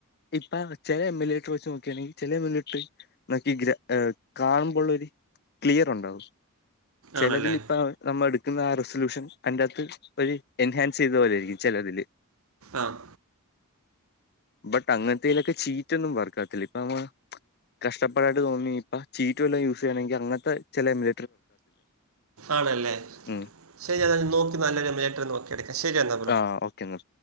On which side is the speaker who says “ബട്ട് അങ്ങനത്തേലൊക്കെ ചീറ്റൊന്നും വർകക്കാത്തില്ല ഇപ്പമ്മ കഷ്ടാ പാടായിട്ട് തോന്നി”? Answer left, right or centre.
Left